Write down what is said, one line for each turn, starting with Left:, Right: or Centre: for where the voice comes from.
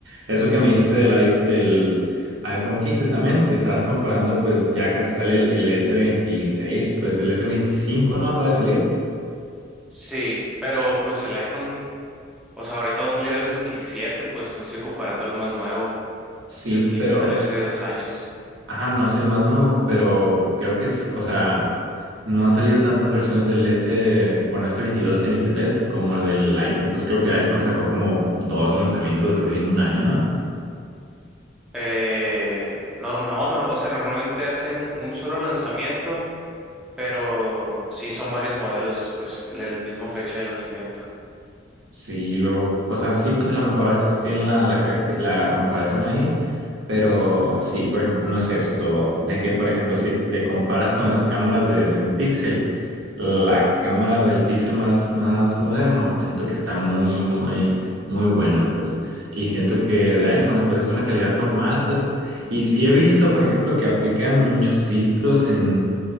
Right: Eso que me dijiste del iPhone, del iPhone quince también, estás comprando, pues ya casi sale el, el s veintiséis pues el s veinticinco no acaba de salir.
Centre: Sí, pero pues el iPhone, o sea, ahorita va a salir el iPhone 17, pues no estoy comparando el más nuevo.
Right: Sí,
Centre: El 15
Right: pero,
Centre: salió hace dos años.
Right: ajá, no es el más nuevo, pero creo que es, o sea, no han salido tantas versiones del S, bueno, s veintidós y 23 como el del iPhone, pues creo que el iPhone sacó como dos lanzamientos así en un año, ¿no?
Centre: Eh, norm- no, norm- o sea, normalmente hacen un solo lanzamiento pero sí son varios modelos, pues el el mismo fecha de lanzamiento.
Right: Sí, lo, o sea, sí, pues a lo mejor haces bien la, la, caracte- la comparación ahí, pero sí, por ejemplo, no es eso todo. De que, por ejemplo, si te comparas con las cámaras de, de un Pixel, la cámara del Pixel más, más moderno, siento que está muy, muy, muy buena, pues. Y siento que de iPhone, pues es una calidad normal, pues. Y sí he visto, por ejemplo, que aplican muchos filtros en,